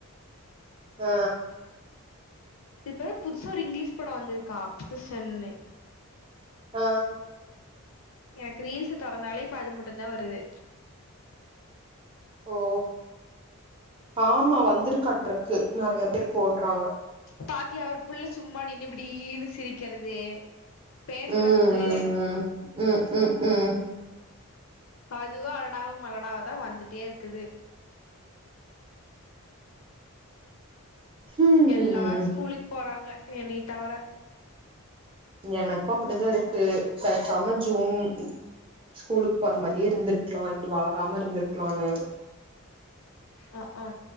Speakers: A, on the right (about 25°); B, on the left (about 65°).
A: ஆ
B: இப்ப புதுசா ஒரு இங்கிலீஷ் படோ வந்துருக்கா அப்சஷன்னு
A: ஆ
B: எனக்கு ரீல்ஸ் தொறந்தாலே இப்ப அது முட்டுந்தா வருது
A: ஓ ஆமா வந்துருக்காட்ருக்கு நெறைய பேரு போட்றாங்க
B: பாத்யா ஒரு புள்ள சும்மா நின்னு இப்டீனு சிரிக்கறது பேசறம்து
A: ம் ம் ம் ம் ம்
B: அதுவு அலடாவு மலடாவ தா வந்துட்டேருக்குது
A: ம்
B: எல்லாரு
A: ம்
B: ஸ்கூலுக்கு போறாங்க என்னய தவிர
A: எனக்கு அப்டிதா இருக்கு பேசாம ஜூன் ஸ்கூலுக்கு போற மாரியே இருந்திருக்லா இப்டி வளராம இர்ந்திர்க்லானு
B: அ அ